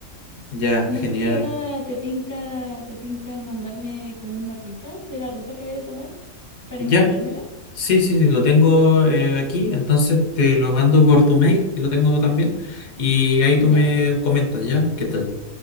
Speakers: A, on the left; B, on the right.
A: Ya,
B: No
A: genial.
B: sé si ahora te tinca, te tinca mandarme como un mapita de la ruta que vaya a tomar para
A: Ya,
B: imaginármela.
A: sí, sí, sí, lo tengo eh, aquí, entonces te lo mando por tu mail, y lo tengo también, y ahí tú
B: Ya,
A: me comentas, ¿ya? ¿Qué tal?